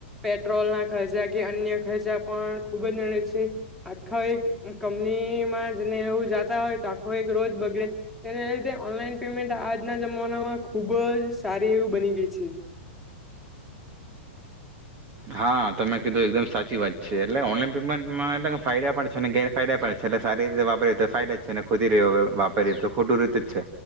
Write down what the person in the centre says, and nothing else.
પેટ્રોલ ના ખર્ચા કે અન્ય ખર્ચા પણ ખૂબ જ નડે છે. આખા એક કંપનીમાં જને એવું જાતા હોય તો આખો એક રોજ બગડે તેને લીધે ઓનલાઈન પેમેન્ટ આજના જમાનામાં ખુબ જ સારી એવી બની ગઈ છે.